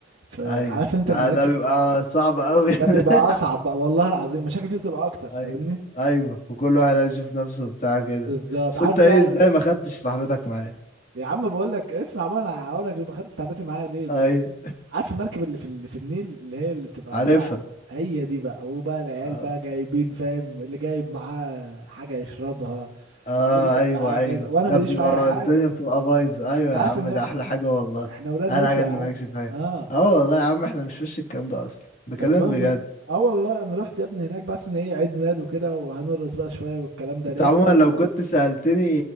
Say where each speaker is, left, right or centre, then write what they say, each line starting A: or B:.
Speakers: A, on the right; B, on the left.
A: فعارف
B: ايوه
A: انت
B: ده
A: المراكب
B: ده بيبقى صعب قوي <laughs>
A: ده بيبقى اصعب بقى والله العظيم مشاكل فيه بتبقى اكتر
B: ايوه
A: فاهمني
B: ايوه وكل واحد عايز يشوف نفسه بتاع كده
A: بالظبط
B: بس
A: عارف
B: انت ايه
A: بقى
B: ازاي
A: ال...
B: ما خدتش صاحبتك معايا
A: يا عم بقول لك اسمع بقى انا هقول لك ما خدتش تعبتي معايا ليه بقى
B: ايوه
A: عارف المركب اللي في ال... في النيل اللي هي اللي بتبقى
B: عارفها
A: عبارة عن هي دي بقى هو بقى العيال
B: اه
A: بقى جايبين فاهم اللي جايب معاه حاجة يشربها
B: اه
A: اللي جايب
B: ايوه
A: معاه كذا
B: ايوه
A: وانا
B: ده
A: ماليش
B: بيبقى
A: في اي حاجة
B: الدنيا بتبقى
A: انت
B: بايظه ايوه
A: أنت عارف
B: يا عم
A: ان
B: ده احلى حاجه والله
A: احنا اولاد
B: احلى
A: ناس
B: حاجه
A: يا
B: ان
A: عم
B: مالكش فيها
A: اه
B: اه والله يا عم احنا مش وش الكلام ده اصلا بكلمك
A: فالمهم
B: بجد
A: اه والله انا رحت يا ابني هناك بس ان ايه عيد ميلاد وكده وهنرقص بقى شوية والكلام ده
B: انت
A: لقيت
B: عموما
A: بقى
B: لو كنت سألتني